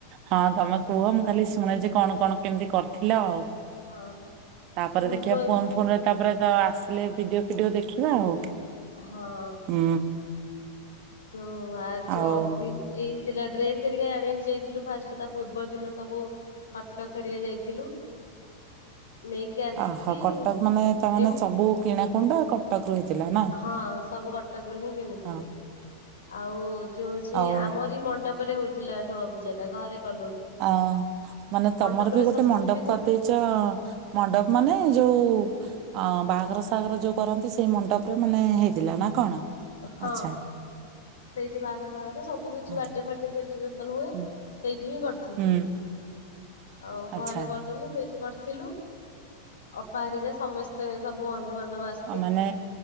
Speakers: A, on the right; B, on the left.
A: ହଁ ତମେ କୁହ ମୁଁ ଖାଲି ଶୁଣେ ଯେ କଣ କଣ କେମିତି କରିଥିଲ ଆଉ
B: ହଁ
A: ତାପରେ
B: ପୂର୍ବ
A: ଦେଖିବା ଫୋନ ଫୋନରେ ତାପରେ ତ ଆସିଲେ ଭିଡିଓ ଫିଡିଓ ଦେଖିବା ଆଉ
B: ହଁ
A: ହୁଁ
B: ଯୋଉ ଆଜ
A: ଆଉ
B: ଅପି ଏଇ ଥିଲା ଡ୍ରେସ ଏରିକା ଆଣିବାକୁ ଯାଇଥିଲୁ ଫାଷ୍ଟ ତା ପୂର୍ବ ଦିନ ସବୁ କଟକରିଆ ଯାଇଥିଲୁ ନେଇକି ଆସିକି
A: ଅହୋ କଟକ ମାନେ ତାମାନେ
B: ଏ
A: ସବୁ କିଣାକୁୁଣ୍ଡ କଟକ ରୁ ହେଇଥିଲା ନା।
B: ହଁ ସବୁ କଟକରୁ ହିଁ କିଣିଥିଲୁ।
A: ହଁ
B: ଆଉ ଯୋଉ ହଉଛି
A: ଆଉ
B: ଆମରି ମଣ୍ଡପରେ ହଉଥିଲା ଷୋଳ ପୂଜା ଟା ଘରେ କଲୁନୁ।
A: ଅ ମାନେ
B: ମଣ୍ଡପରେ
A: ତମର ବି ଗୋଟେ
B: ସବୁ
A: ମଣ୍ଡପ
B: ସୁବିଧା
A: କରିଦେଇ ଜା ମଣ୍ଡପ ମାନେ ଯୋଉ ଅ ବାହାଘର ସାଗର ଯୋଉ କରନ୍ତି ସେଇ ମଣ୍ଡପରେ ମାନେ ହେଇଥିଲା ନା କଣ।
B: ହଁ
A: ଆଚ୍ଛା
B: ସେଇଠି ବାହାଘର ବାଘର ସବୁ କିଛି
A: ହଁ
B: ବାଡେ ଫାଡେ ସେଲିବ୍ରେସନ ହୁଏ।
A: ହୁଁ
B: ସେଇଠିଁ କର
A: ହୁଁ
B: ଆଉ ଘରେ
A: ଆଚ୍ଛା
B: କଲୁନୁ ସେଇଠି କରିଥିଲୁ। ଅପାହାରିକା ସମସ୍ତେ ସବୁ ବନ୍ଧୁବାନ୍ଧବ ଆସ
A: ଆଉ ମାନେ